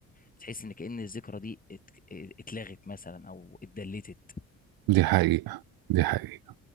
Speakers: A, on the left; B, on the right.
A: بتحس ان كأن الذكرى دي ات- اتلغت مثلا او اتدلتت
B: دي حقيقة دي حقيقة